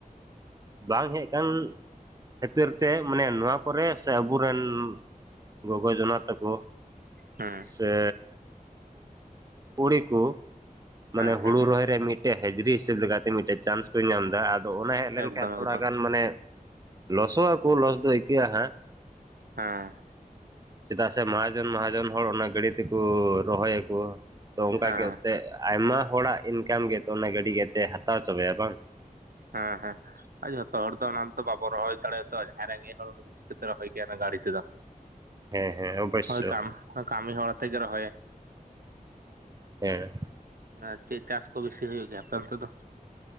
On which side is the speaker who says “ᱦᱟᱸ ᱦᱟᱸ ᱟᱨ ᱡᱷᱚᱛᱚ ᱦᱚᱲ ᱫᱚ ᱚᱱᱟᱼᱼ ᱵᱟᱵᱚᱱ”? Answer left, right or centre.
Right